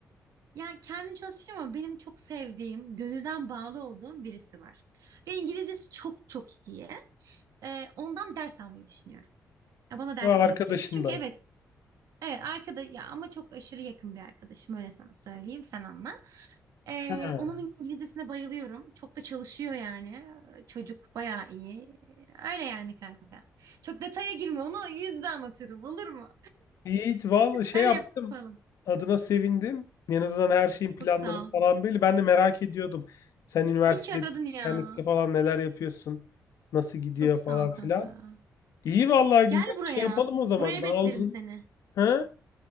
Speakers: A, on the right; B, on the left.
A: ya kendim çalışacağım ama benim çok sevdiğim gönülden bağlı olduğum birisi var. Ve İngilizcesi çok çok iyi. Ee, ondan ders almayı düşünüyorum. Ya bana ders
B: Ya arkadaşından.
A: verecek. Çünkü evet evet arkada ya ama çok aşırı yakın bir arkadaşım öyle sana söyleyeyim sen anla. Ee,
B: Ha.
A: onun İngilizcesine bayılıyorum. Çok da çalışıyor yani. Ee, Çocuk bayağı iyi. Ee, Öyle yani kanka. Çok detaya girme onu yüzde anlatırım olur mu?
B: Yiğit valla şey
A: Öyle
B: yaptım.
A: yapalım.
B: Adına sevindim. En azından her şeyin planları
A: Çok sağ ol.
B: falan belli. Ben de merak ediyordum. Sen üniversitede,
A: İyi ki aradın ya.
B: internette falan neler yapıyorsun? Nasıl gidiyor
A: Çok sağ
B: falan
A: ol
B: filan.
A: kanka.
B: İyi vallahi güzel.
A: Gel buraya.
B: Şey yapalım o
A: Buraya
B: zaman. Daha
A: beklerim
B: uzun.
A: seni.
B: Ha?